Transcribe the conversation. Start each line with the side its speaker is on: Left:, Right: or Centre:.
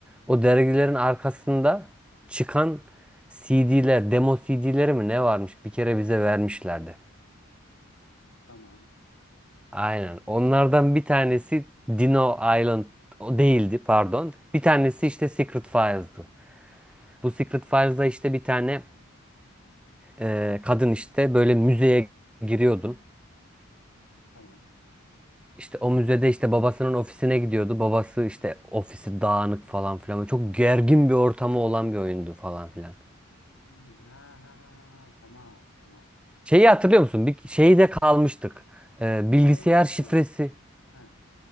Centre: O dergilerin
Left: hmm,
Centre: arkasında çıkan CD'ler, demo CD'leri mi ne varmış bir kere bize vermişlerdi.
Left: tamam.
Centre: Aynen. Onlardan bir tanesi Dino Island o değildi pardon. Bir tanesi işte Secret Files'dı. Bu Secret Files'da
Left: Ee,
Centre: işte bir tane e, kadın işte böyle müzeye giriyordun.
Left: tamam.
Centre: İşte o müzede işte babasının ofisine gidiyordu. Babası işte ofisi dağınık falan filan. Böyle Çok gergin bir ortamı olan bir oyundu falan filan.
Left: Hmm, ha, ha, ha, ha, ha, tamam, tamam.
Centre: Şeyi hatırlıyor musun? Bir
Left: C-
Centre: şeyde kalmıştık. E,
Left: cinayet
Centre: bilgisayar
Left: çözüyordu.
Centre: şifresi.
Left: Ha,